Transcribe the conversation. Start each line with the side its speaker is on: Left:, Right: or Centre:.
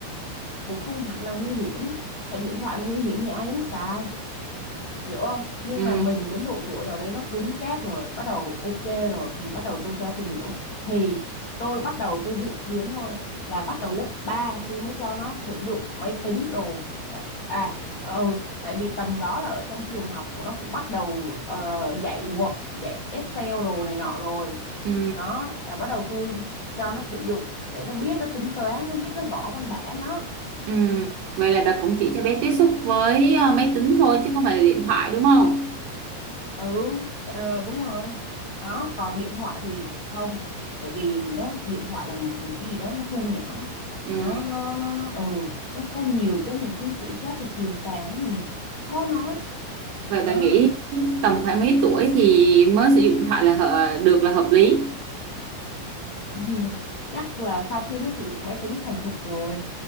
Left: cũng không hẳn là nguy hiểm tại điện thoại mà nguy hiểm thì ai dám xài hiểu không nhưng
Right: Ừ.
Left: mà mình đến độ tuổi nào đấy nó cứng cáp rồi bắt đầu ok rồi thì bắt đầu tôi cho tìm hiểu thì tôi bắt đầu tôi dự kiến thôi là bắt đầu lớp 3 tôi mới cho nó sử dụng máy tính đồ tại, à ừ tại vì tầm đó là ở trong trường học của nó cũng bắt đầu ờ, dạy Word dạy Excel đồ này nọ rồi
Right: Ừ.
Left: đó là bắt đầu tôi cho nó sử dụng để nó biết nó tính toán nó biết nó gõ văn bản đó
Right: Ừ. Vậy là bà cũng chỉ
Left: Ừ.
Right: cho bé tiếp xúc với ờ, máy tính thôi chứ không phải là điện thoại đúng không?
Left: ừ ờ, đúng rồi đó còn điện thoại thì không bởi vì nó điện thoại là một cái gì đó nó thu nhỏ
Right: Ừ.
Left: đó nó nó nó nó ừ nó có nhiều cái mình không kiểm soát được tiềm tàng mình khó nói
Right: Vậy
Left: đó
Right: bà nghĩ tầm khoảng mấy tuổi thì mới sử dụng điện thoại là hợ- được là hợp lý?
Left: <clears throat> chắc là sau khi nó sử dụng máy tính thuần thục rồi